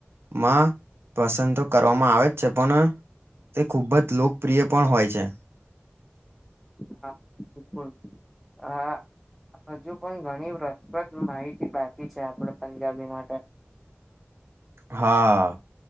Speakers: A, on the right; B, in the centre.
A: માં પસંદ તો કરવામાં આવે જ છે, પણ તે ખુબ જ લોકપ્રિય પણ હોય છે.
B: હા બિલકુલ. આ હજુ પણ ઘણી રસપ્રદ માહિતી બાકી છે, આપણે પંજાબી માટે.
A: હા